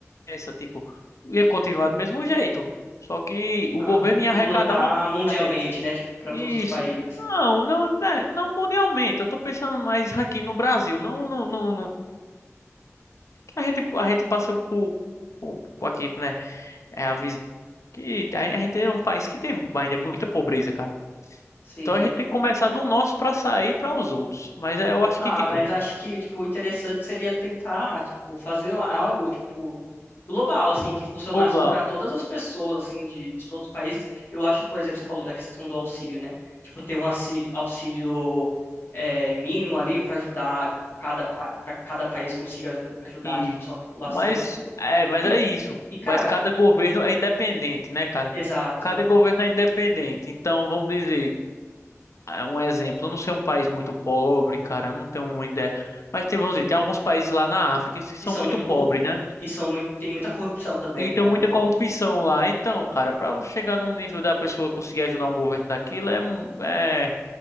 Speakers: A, on the left; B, on the left.
A: é essa, tipo, ia continuar do mesmo jeito. Só que o
B: ah,
A: governo ia
B: implantar
A: arrecadar uma
B: mundialmente,
A: parte.
B: né, tipo, para
A: Isso.
B: todos os países.
A: Não, não, é, não mundialmente. Eu tô pensando mais aqui no Brasil. Não, não, não, não. A gente, a gente passa por, por, por aqui, né? É a visão que a gente é um país que tem ainda é muita pobreza, cara.
B: Sim.
A: Então a gente tem que começar do nosso pra sair pra os outros. Mas é, eu acho
B: Ah,
A: que tipo,
B: mas acho que, tipo, o interessante seria tentar, tipo, fazer algo, tipo, global, assim, que funcionasse
A: global
B: para todas as pessoas, assim, de, de todos os países. Eu acho, por exemplo, você falou da questão do auxílio, né? Tipo, ter um auxílio, auxílio é, mínimo ali para ajudar cada, para cada país consiga aju- ajudar,
A: e
B: tipo, a sua população.
A: mas é, mas
B: E,
A: é isso.
B: e, cara,
A: Mas cada governo é independente, né, cara?
B: exato,
A: Cada governo é independente. Então, vamos dizer, ah, um exemplo, eu não sei um país muito pobre, cara, eu não tenho uma ideia. Mas tem, vamos dizer, tem alguns países lá na África que
B: que
A: são
B: são
A: muito
B: muito
A: pobres,
B: corrup...
A: né?
B: e são muito, tem muita corrupção também,
A: E tem
B: né? É
A: muita
B: Uma coisa.
A: corrupção lá. Então, cara, pra chegar num nível da pessoa conseguir ajudar um governo daquilo é, é